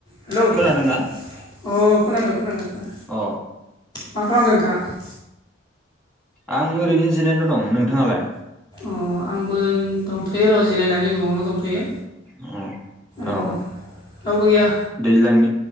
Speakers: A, on the left; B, in the centre.
A: Hello अ
B: खोनादोंना
A: खोनादों खोनादों। खोनादों
B: अ।
A: मा खालामदों नोंथाङा?
B: आं ओरैनो जिरायना दं। नोंथाङालाय?
A: अ आंबो दंथ'यो र' जिरायनानै न'आवनो दंथ'यो।
B: अ औ
A: अ
B: औ ओ
A: रावबो गैया
B: दैज्लांनि